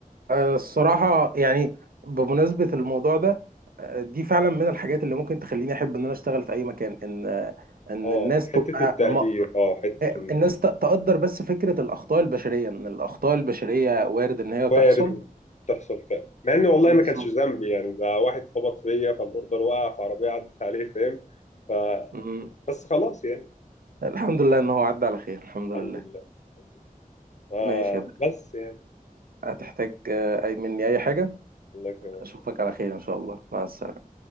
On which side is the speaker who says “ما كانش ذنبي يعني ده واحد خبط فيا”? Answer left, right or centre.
Left